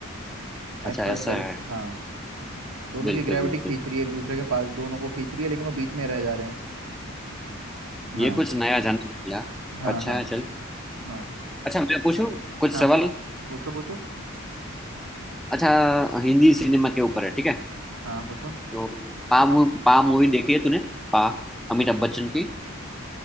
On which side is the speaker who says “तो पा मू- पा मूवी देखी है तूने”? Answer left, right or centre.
Centre